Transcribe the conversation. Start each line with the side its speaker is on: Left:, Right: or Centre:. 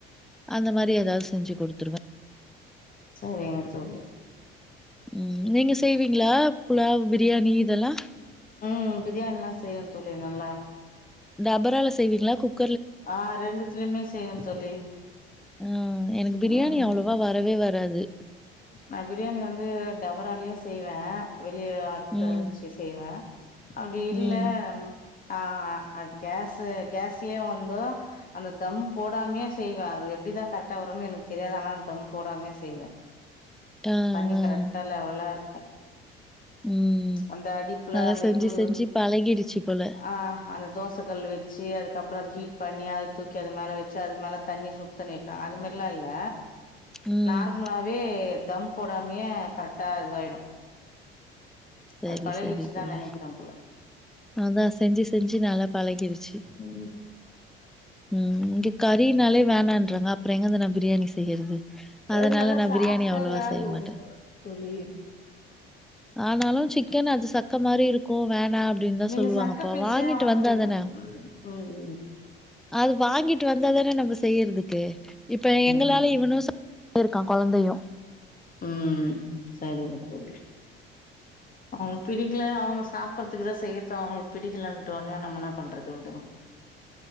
Centre: அந்த மாதிரி ஏதாவது செஞ்சு கொடுத்து
Left: சரிங்க சொல்லு
Centre: ம் நீங்க செய்வீங்களா புலாவ் பிரியாணி இதெல்லாம்
Left: ம் பிரியாணி எல்லாம் செய்வே தோழி நல்லா
Centre: டபரால செய்வீங்களா குக்
Left: ஆ ரெண்டுத்துலயுமே செய்வேன் தோழி
Centre: அ எனக்கு பிரியாணி
Left: ம் ம்
Centre: அவ்வளவா வரவே வரா வராது
Left: நா பிரியாணி வந்து டபராலியே செய்வே வெளியே அடுப்பல
Centre: ம்.
Left: வச்சி செய்வே அப்படி இல்ல
Centre: ம்.
Left: ஆ அது கேஸ்சு கேஸ்லயே வந்து அந்த தம் போடாமையே செய்வே அது எப்படிதா கரெக்டா வரும்னு எனக்கு தெரியாது ஆனா தம் போடாமையே செய்வே
Centre: அ,
Left: தண்ணி
Centre: அ.
Left: கரெக்டா லெவலா இருக்கு
Centre: ம்
Left: அந்த அடிப்புல
Centre: நல்லா
Left: அந்த
Centre: செஞ்சு
Left: இது
Centre: செஞ்சு பழகிடுச்சு போல
Left: ஆ அ தோச கல்லு வச்சு அதுக்கப்ரோ அது ஹீட் பண்ணி அத தூக்கி அது மேல வச்சு அது மேல தண்ணி சுடுத்தண்ணி வெக்கோ அது மாரிலா இல்ல
Centre: ம்
Left: நார்மலா ஏ தம் போடாமயே கரெக்டா இதுவாயிடு
Centre: சரி
Left: அது பழகிடுச்சுதா
Centre: சரி தோழி
Left: நெனைக்கிறே போல
Centre: அதா செஞ்சு செஞ்சு நல்லா பழகியிருச்சு சு
Left: ம்
Centre: உம் இங்க கறினாலே வேணான்றாங்க அப்றோ எங்கந்த நா பிரியாணி செய்யறது அதனால
Left: அது நல்லா
Centre: நா
Left: சாஃப்டா
Centre: பிரியாணி அவ்ளவா
Left: வேக
Centre: செய்ய
Left: விடுங்க
Centre: மாட்டே
Left: தோழி
Centre: ஆனாலு சிக்கன் அது சக்க மாரி இருக்கு வேணா அப்படின்னு தா
Left: நீங்க
Centre: சொல்லுவாங்கப்பா
Left: சக்க பீஸயா
Centre: வாங்கிட்டு
Left: வாங்குறீங்க
Centre: வந்தா தானே
Left: ம் ம்
Centre: அது வாங்கிட்டு வந்தா இது நம்ம செய்யறதுக்கு இப்ப எங்களால
Left: ம்
Centre: இவனும் இருக்கா குழந்தையு
Left: உம் சரிங்க தோழி அவ பிடிக்கல அவங்க சாப்படுறதுக்குதா செய்யறத அவங்க பிடிக்கலன்றாங்க நம்ம என்ன பண்றத விடுங்க